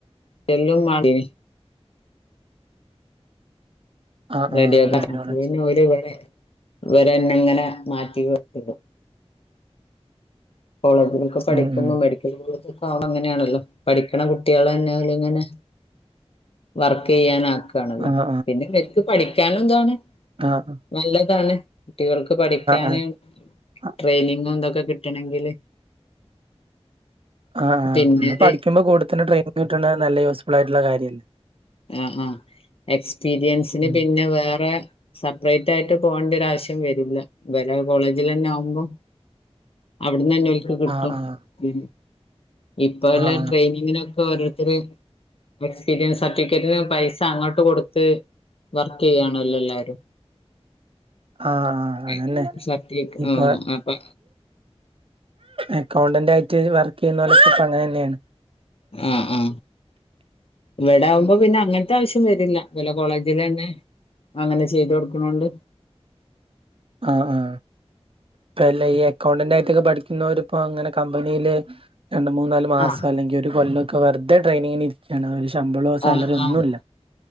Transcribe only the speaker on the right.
ആഹ്
ആഹ് റേഡിയോളജി
ഉം ഉം
ആഹ്
ആഹ
ആഹ് ആഹ്
ആഹെ
പഠിക്കുമ്പോ കൂടുത്തില ടെയിനി കിട്ട നല്ല യൂസ്ഫുൾ ആയിട്ടുള്ള കാര്യല്ലേ
ഉം
ആഹ് ആഹ്
ആഹ്
ആഹ് ആഹ് അതന്നെ
ഇപ്പൊ
അക്കൗണ്ടന്റ് ആയിട്ട് വർക്ക് ചെയ്യുന്ന പോലെ ഇപ്പ അങ്ങനെ തന്നെയാണ്
ആഹ ആ ഇപ്പല്ല ഈ അക്കൗണ്ടന്റ ആയിട്ടൊക്കെ പഠിക്കുന്നവര് ഇപ്പോ അങ്ങനെ കമ്പനിയില് രണ്ട മൂന്നാല് മാസം
അല്ലെങ്കി ഒരു കൊല്ലൊക്കെ വെറതെ ട്രെനിങ്ങിന് ഇ ഒരു ശമ്പളോ സാലറി
ഒന്നുമല്ല